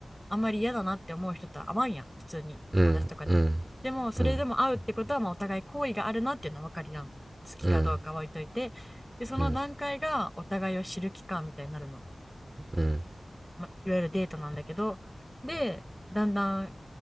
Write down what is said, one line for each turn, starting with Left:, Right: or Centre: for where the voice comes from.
Centre: あんまり嫌だなって思う人と会わんやん普通に友達とかでもでもそれでも会うってことはまあお互い好意があるなっていうのは分かるやん好きかどうかは置いといてでその段階がお互いを知る期間みたいになるの、
Right: うん。うん。うん。うん。うん。うん。
Centre: まあ、いわゆるデートなんだけどでだんだん